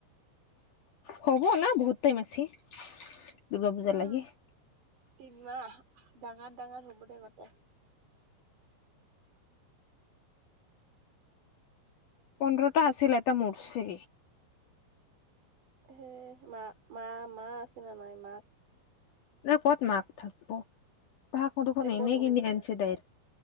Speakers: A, on the left (about 60°); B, on the right (about 50°).
A: হ'ব না, বহুত টাইম আছে, দুৰ্গা পূজা
B: উম
A: লাগে।
B: তিনমাহ, ডাঙৰ ডাঙৰ হ'ব দে, গতে।
A: পোন্ধৰটা আছিল, এটা মৰ্চি।
B: সে, মা-মা-মা আছে নে নাই মাক?
A: না ক'ত মাক থাকব'। তাহাকো দুখন
B: তই ক'ত
A: এনেই
B: উম
A: কিনি
B: দিছা
A: আনছে দাইৰ,